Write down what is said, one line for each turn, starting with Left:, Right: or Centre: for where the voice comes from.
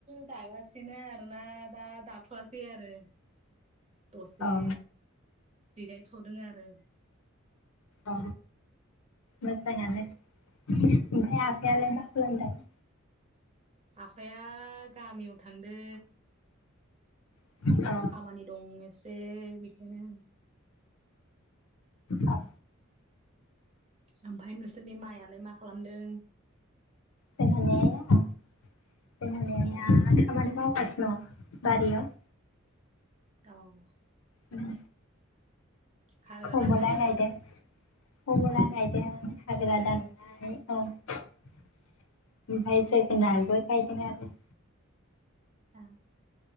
Right: दागासिनो आरोना दा दाथ'वाखै आरो। दसे
Left: अ
Right: जिरायथ'दों आरो।
Left: अ मोजाङानो ओमफ्राय आफायालाय मा खालामदों?
Right: आफाया गामियाव थांदों।
Left: <unintelligible>
Right: खामानि दं एसे बेदिनो।
Left: औ
Right: ओमफाय नोंसोरनि माइआलाय मा खालामदों?
Left: जोंहानि आइया जोंहानि आइया
Right: उम
Left: खामानि मावगासिनो दं बारियाव।
Right: आ औ।
Left: उम।
Right: हाग्रा
Left: खमला
Right: दाननाय
Left: गायदों खमला गायदों हाग्रा दान आमफाय औ ओमफाय जोगोनारबो गायदों आरो।
Right: आ